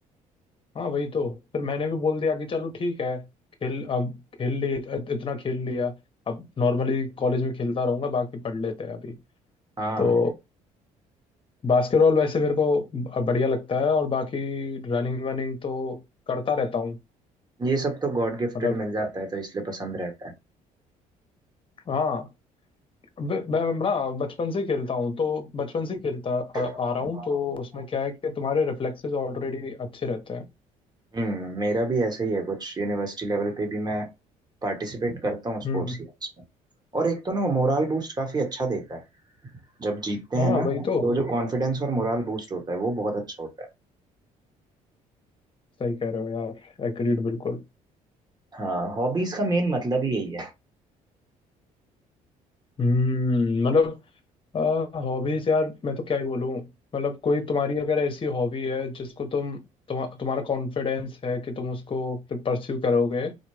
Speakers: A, on the left; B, on the right.
A: हाँ वही तो फिर मैंने भी बोल दिया कि चलो ठीक है खेल अब खेल लिए इत- इतना खेल लिया अब नॉर्मली कॉलेज में खेलता रहूंगा बाकी पढ़ लेते हैं अभी
B: हाँ
A: तो बास्केटबॉल वैसे मेरे को ब- बढ़िया लगता है और बाकी रनिंग वनिंग तो करता रहता हूँ
B: ये सब तो गॉड गिफ्टेड
A: मतलब
B: मिल जाता है तो इसलिए पसंद रहता
A: हाँ ब- मैं ना बचपन से खेलता हूँ तो बचपन से खेलता आ,
B: है
A: आ रहा हूँ तो उसमें क्या है कि तुम्हारे रिफ्लेक्सेस ऑलरेडी अच्छे रहते हैं
B: हम्म मेरा भी ऐसा ही है कुछ यूनिवर्सिटी लेवल पे भी मैं पार्टिसिपेट करता हूँ स्पोर्ट्स
A: हम्म
B: इवेंट्स में और एक तो ना मोराल बूस्ट काफी अच्छा देता है जब जीतते
A: हाँ
B: हैं ना
A: वही तो
B: तो जो कॉन्फिडेंस और मोराल बूस्ट होता है वो बहुत अच्छा होता है
A: सही कह रहे हो यार एग्रीड बिल्कुल
B: हाँ हॉबीज का मेन मतलब ही यही है
A: हम्म मतलब हॉबीज यार मैं तो क्या ही बोलूं मतलब कोई तुम्हारी अगर ऐसी हॉबी है जिसको तुम तुम तुम्हारा कॉन्फिडेंस है कि तुम उसको परस्यू करोगे